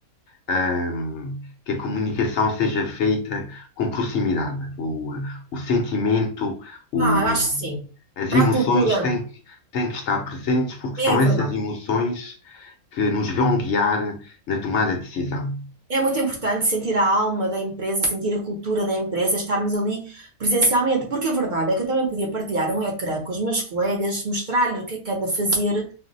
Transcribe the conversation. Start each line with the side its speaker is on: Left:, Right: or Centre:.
Left: ahm, que a comunicação seja feita com proximidade. O, o sentimento, o,
Right: Ah, eu acho que sim.
Left: as
Right: Para
Left: emoções
Right: a cultura,
Left: têm, que- têm que estar presentes, porque
Right: é
Left: são
Right: verdade.
Left: essas emoções que nos vão guiar na tomada de decisão.
Right: É muito importante sentir a alma da empresa, sentir a cultura da empresa, estarmos ali presencialmente, porque a verdade é que eu também podia partilhar um ecrã com os meus colegas, mostrar-lhe o que é que ando a fazer,